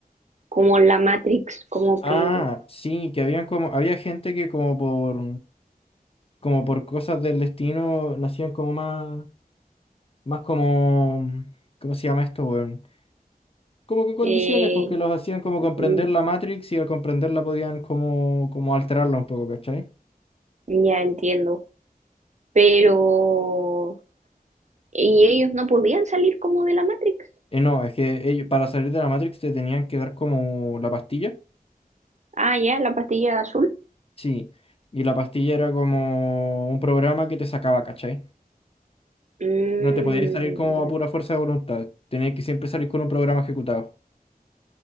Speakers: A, on the right (about 50°); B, on the left (about 40°).
A: como la Matrix, como
B: Ah,
A: que
B: sí, que habían como, había gente que como por, como por cosas del destino nacían como más, más como, ¿cómo se llama esto, weón? como con condiciones,
A: eh,
B: pues que los hacían como comprender
A: mm,
B: la Matrix y al comprenderla podían como, como alterarla un poco, ¿cachai?
A: ya entiendo. Pero, ¿y ellos no podían salir como de la Matrix?
B: Eh, no, es que ellos, para salir de la Matrix te tenían que dar como la pastilla,
A: Ah, ya, la pastilla azul.
B: sí, y la pastilla era como un programa que te sacaba, ¿cachai?
A: Mm,
B: No te podías salir como
A: ya.
B: a pura fuerza de voluntad, tenías que siempre salir con un programa ejecutado.